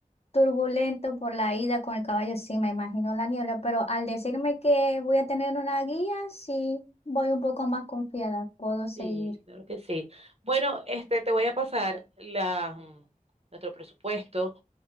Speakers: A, on the left; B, on the right.
A: turbulento por la ida con el caballo. Sí, me imagino la niebla, pero al decirme que voy a tener una guía, sí voy un poco más confiada. Puedo seguir.
B: Sí, claro que sí. Bueno, este, te voy a pasar la, mm, nuestro presupuesto.